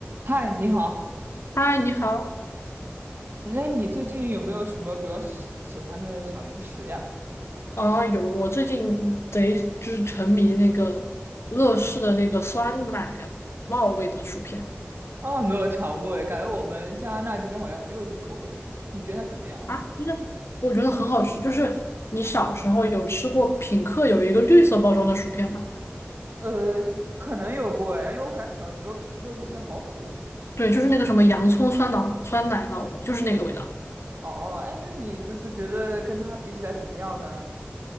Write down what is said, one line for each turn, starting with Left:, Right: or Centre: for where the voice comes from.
Right: 嗨，你好，
Left: 嗨，你好
Right: 那你最近有没有什么比较喜喜欢的小零食呀？
Left: 啊！有，我最近贼就是沉迷那个乐事的那个酸奶酪味的薯片
Right: 啊，没有尝过诶，感觉我们加拿大这边好像没有这口味，你觉得它怎么样？
Left: 啊，就是我觉得很好吃。就是你小时候有吃过品客有一个绿色包装的薯片吗？
Right: 呃，可能有过哎，因为我感觉小时候品客薯片好火。
Left: 对，就是那个什么洋葱酸奶酸奶酪，就是那个味道。
Right: 哦，哎，那你就是觉得跟它比起来怎么样呢？